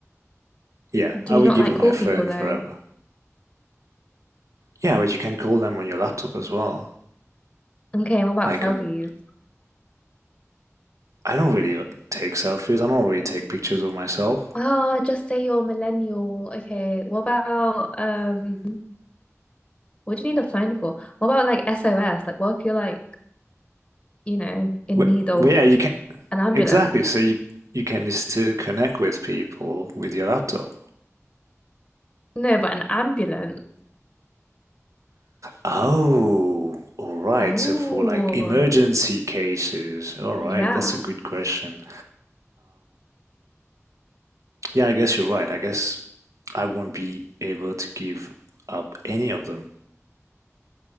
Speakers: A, on the right (about 80°); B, on the left (about 20°).
A: Yeah, I
B: you
A: would
B: not
A: give
B: like
A: up
B: cool
A: my phone
B: people though?
A: forever. Yeah, but you can call them on your laptop as well.
B: Okay, what about
A: Like
B: selfies?
A: on, I don't really take selfies. I don't really take pictures of myself.
B: Oh, just say you're a millennial. Okay, what about um what do you need a phone for? What about like SOS? Like what if you're like, you know, in
A: But,
B: need of
A: but yeah, you can
B: an ambulance?
A: exactly. So you you can still connect with people with your laptop.
B: No, but an ambulance.
A: Oh, all right.
B: Oh,
A: So for like emergency cases, all right,
B: Yeah.
A: that's a good question. Yeah, I guess you're right. I guess I won't be able to give up any of them.